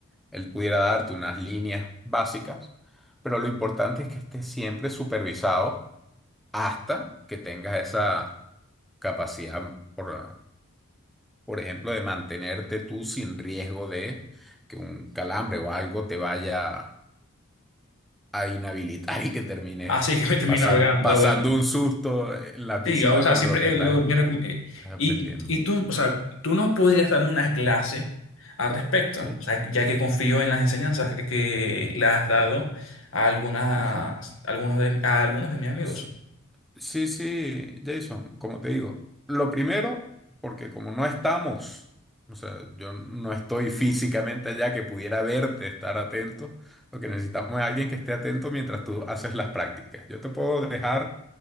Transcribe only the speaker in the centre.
él pudiera darte unas líneas básicas, pero lo importante es que estés siempre supervisado hasta que tengas esa capacidad, por, por ejemplo, de mantenerte tú sin riesgo de que un calambre o algo te vaya a inhabilitar <laughs> y que termines
pasan-
pasando
un susto en la piscina
cuando
lo que estás
es-
estás aprendiendo.
¿Sí?
¿Sí?
Sí, sí, sí, Jason, como te digo, lo primero, porque como no estamos, o sea, yo no estoy físicamente allá que pudiera verte, estar atento, lo que necesitamos es alguien que esté atento mientras tú haces las prácticas. Yo te puedo dejar